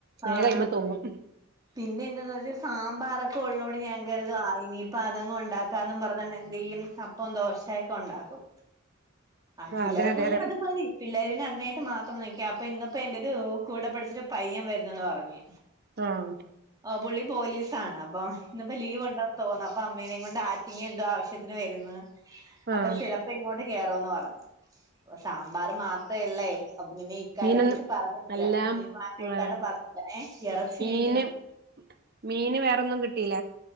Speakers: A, on the right; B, on the right.
A: വേഗം
B: ആഹ്
A: അയ്മ്മെ തൂങ്ങും
B: പിന്നെ എന്താന്ന് വെച്ച സാമ്പാറൊക്കെ ഉള്ളോട് ഞാൻ കര്തും ആ ഇനി പ്പതങ്ങുണ്ടാക്കാന്നും പറഞ്ഞ് ഞാനെന്തെയ്യും അപ്പോം ദോശേയക്കെ ഒണ്ടാക്കും ആഹ് പിള്ളേർക്ക്
A: അതെ അതെ
B: പിന്നെ
A: അതെ
B: അത് മതി പിള്ളേര്നത് തായിട്ട് മാത്രം നിക്ക, അപ്പൊ ഇന്നിപ്പോ എന്റൊരു കൂടെ പഠിച്ചൊരു പയ്യൻ വരുന്നെന്ന് പറഞ്ഞ്
A: ആഹ
B: പുള്ളി പോലീസാണ്, അപ്പൊ ഇന്നിപ്പോ ലീവ് ഉണ്ടോ തോന്ന അപ്പമ്മേനെങ്കൊണ്ട് ആറ്റിങ്ങെന്തോ ആവശ്യത്തിന് വരുന്ന്.
A: ആഹ്
B: അപ്പൊ ചിലപ്പോ ഇങ്ങോട്ട് ന്ന് കേറോന്ന് പറഞ്ഞ്, പ്പോ സാമ്പാർ മാത്രേള്ളേ... അപ് പിന്നെ ഇക്കാനെ
A: മീനൊന്നും
B: വിളിച്ച് പറഞ്ഞിട്ടില്ല.
A: അല്ലാ
B: മീൻ വാങ്ങാൻ ഇക്കാടെ
A: ആഹ്
B: പറഞ്ഞാട്ടില്ല. ഏ ഇറച്ചി ഇരി
A: <unintelligible> മീന് വേറൊന്നും കിട്ടീല്ല